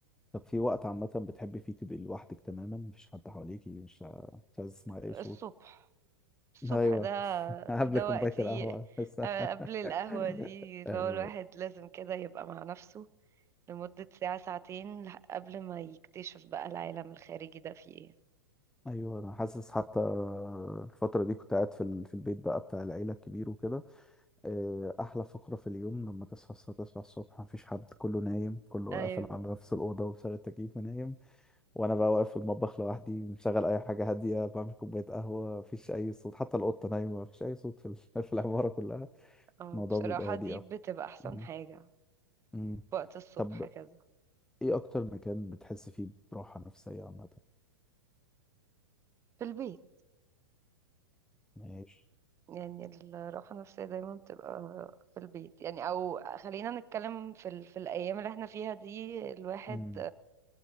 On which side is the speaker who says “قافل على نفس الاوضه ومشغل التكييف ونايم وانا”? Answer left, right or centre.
Centre